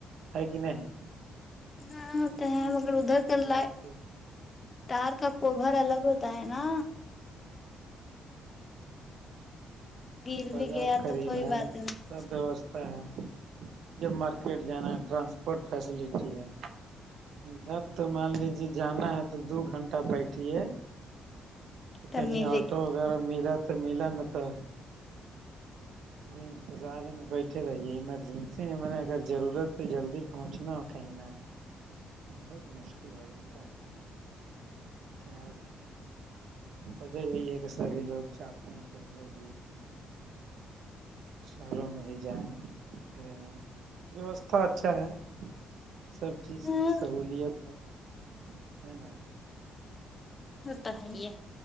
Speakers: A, on the right (about 70°); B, on the left (about 30°).
A: ہے کہ نہیں
B: ہاں تو ہے مگر ادھر کا
A: بازار
B: لائٹ
A: کے
B: تار کا کوبھر الگ ہوتا ہے نا گر
A: بازار
B: بھی گیا
A: قریب
B: تو کوئی
A: ہے
B: بات نہیں
A: سب دوست ہے جب مارکیٹ جانا ہے ٹرانسپ فوڈ فیسلٹی ہے تب تو مان لیجے جانا ہے تو دو گھنٹہ بیٹھیے
B: تب
A: کہیں
B: ملے
A: آٹو
B: گی
A: وغیرہ ملا تو ملا نا تھا انتظار میں بیٹھے رہیے ایمرجنسی میں میں نے اگر ضرورت پے جلدی پہنچنا ہو کہیں نہ تو بہت مشکل ہو جاتا ہے کیا کہ وجہ یہی ہے کہ سبھی لوگ چاہتے ہیں کہ ہم لوگ بھی شہروں میں ہی جائیں رہیں ووستھا اچھا ہے سب چیز
B: ہاں
A: کی سہولیت ہے ہے نا
B: ہوتا ہے یہ